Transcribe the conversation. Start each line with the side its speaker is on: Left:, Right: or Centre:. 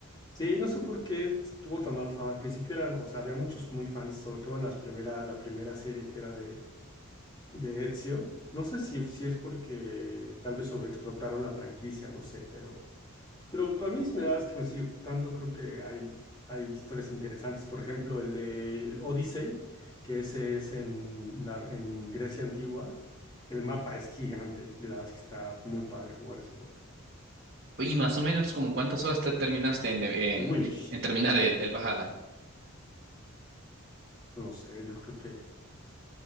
Left: Sí, no sé por qué tuvo tan mala fama. Al principio eran, o sea, había muchos muy fans, sobre todo en las primera, la primera serie que era de, de Ezio. No sé si, si es porque tal vez sobreexplotaron la franquicia, no sé, pero Pero a mí sí me das que me sigue gustando, creo que hay, hay historias interesantes, por ejemplo, el de el Odyssey, que ese es en, la, en Grecia antigua, el mapa es gigante y la verdad es que está muy padre jugar ese juego.
Right: Y más o menos como cuántas horas te terminaste en, de- en,
Left: Uy,
Right: en terminar el, el Valhalla.
Left: no sé, yo creo que